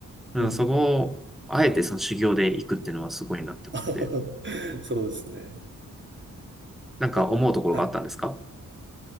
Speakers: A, in the centre; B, on the right.
A: うん、
B: うん、
A: そこをあえてその修行で行くっていうのはすごいなって思って。
B: はい。<laughs> そうですね。
A: なんか思うところがあったんですか
B: だはい。